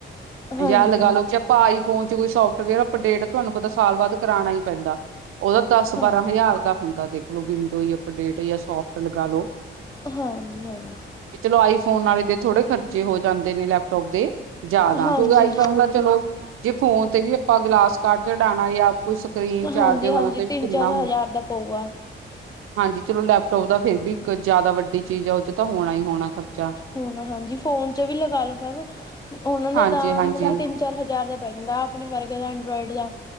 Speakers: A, on the left; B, on the right.
A: ਹਾਂਜੀ
B: ਯਾ ਲਗਾ ਲਓ ਭਾ ਫੋਨ ਚ ਕੋਈ ਸੋਫਟਵੇਅਰ ਅਪਡੇਟ ਤੁਹਾਨੂੰ ਪਤਾ ਸਾਲ ਬਾਅਦ ਕਰਾਂਣਾ ਹੀ ਪੈਂਦਾ। ਉਹਦਾ ਬਾਰਾਂ
A: ਹਾਂਜੀ
B: ਹਜ਼ਾਰ ਦਾ ਹੁੰਦਾ ਦੇਖ। ਵਿੰਡੋ ਅਪ ਡੇਟ ਸੋਫਟ ਲਗਾ ਲਓ
A: ਹਾਂਜੀ ਹਾਂਜੀ
B: ਚਲੋ ਆਈਫੋਨ ਵਾਲੇ ਦੇ ਥੋੜੇ ਖਰਚੇ ਹੋ ਜਾਂਦੇ ਦੇ ਨੇ ਲੈਪਟੋਪ ਤੇ ਜ਼ਿਆਦਾ
A: ਹਾਂਜੀ
B: ਕਿਉਂਕਿ ਆਈਫੋਨ ਦਾ ਚਲੋ ਜੇ ਫੋਨ ਤੇ ਵੀ ਆਪਾਂ ਗਲਾਸ ਕਾਰ ਚਾਡਾਣਾਂ ਯਾ ਆਪ ਕੋਈ ਸਕਰੀਨ ਚਾਰਦੇ
A: ਹਾਂਜੀ
B: ਹੋਣ
A: ਹਾਂਜੀ
B: ਤੇ
A: ਤਿੰਨ
B: ਕਿੰਨਾ
A: ਚਾਰ ਹਜ਼ਾਰ ਦਾ ਪਊਗਾ
B: ਜੀ ਚਲੋ ਲੈਪਟੋਪ ਦਾ ਫੇਿਰ ਵੀ ਇੱਕ ਜਿਆਦਾ ਵੱਡੀ ਚੀਜ਼ ਹੈ ਉਹ ਚ ਤਾਂ ਹੋਣਾ ਹੀ ਹੋਣਾ ਖਰਚਾ
A: ਹਣ ਹਾਂਜੀ ਫੋਨ ਚ ਵੀ ਲਗਾ ਲੋ ਮੈਮ ਉਹਨਾਂ ਦਾ
B: ਹਾਂਜੀ
A: ਤਾਂ
B: ਹਾਂਜੀ
A: ਮਤਲਬ ਕਿ ਤਿੰਨ ਚਾਰ ਹਜ਼ਾਰ ਦਾ ਪੈ ਜਾਂਦਾ ਆਪਣੇ ਵਰਗੇ ਦਾ ਐਂਡੋਇਡ ਦਾ